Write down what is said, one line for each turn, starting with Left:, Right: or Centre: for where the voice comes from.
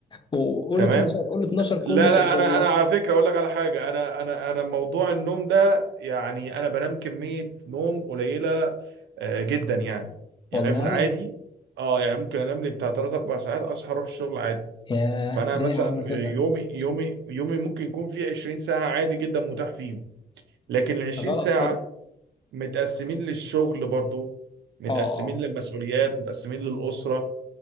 Left: وقول
Right: تمام
Left: 12 قول 12 كله
Right: لا لا
Left: بالله
Right: انا انا على فكرة اقول لك على حاجة انا انا انا موضوع النوم ده يعني انا بنام كمية نوم قليلة آه، جدا يعني
Left: والله
Right: يعني أنا في العادي اه يعني ممكن انام لي بتاع 3 4 ساعات اصحى اروح الشغل عادي
Left: ياه
Right: فانا
Left: ليه
Right: مثلا
Left: يا عم
Right: يومي
Left: كده
Right: يومي يومي ممكن يكون فيه 20 ساعه عادي جدا متاح فيهم لكن ال 20
Left: ده غلط
Right: ساعه
Left: كده
Right: متقسمين للشغل برضو متقسمين
Left: اه اه
Right: للمسؤوليات متقسمين للاسره